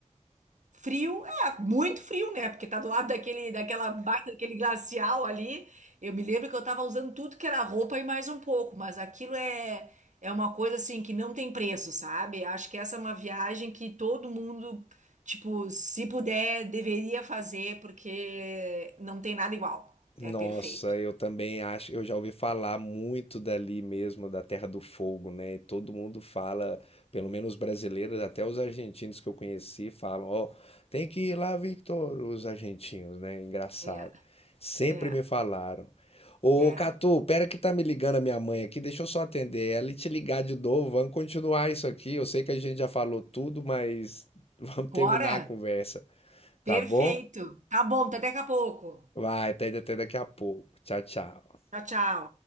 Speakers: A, on the right; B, on the left.
A: Frio, é, muito frio, né? Porque tá do lado daquele, daquela baita, daquele glacial ali. Eu me lembro que eu tava usando tudo que era roupa e mais um pouco, mas aquilo é, é uma coisa assim que não tem preço, sabe? Acho que essa é uma viagem que todo mundo, tipo, se puder, deveria fazer, porque não tem nada igual.
B: Nossa,
A: É perfeito.
B: eu também acho, eu já ouvi falar muito dali mesmo, da Terra do Fogo, né? E todo mundo fala, pelo menos os brasileiros, até os argentinos que eu conheci falam, ó, tem que ir lá, Victor, os argentinos, né? Engraçado.
A: É,
B: Sempre
A: é,
B: me falaram. Ô,
A: é.
B: Catu, pera que tá me ligando a minha mãe aqui, deixa eu só atender ela e te ligar de novo, vamos continuar isso aqui. Eu sei que a gente já falou tudo, mas <laughs> vamos
A: Bora?
B: terminar a conversa. Tá
A: Perfeito.
B: bom?
A: Tá bom, tá até daqui a pouco.
B: Vai, até, até daqui a pouco. Tchau, tchau.
A: Tchau, tchau.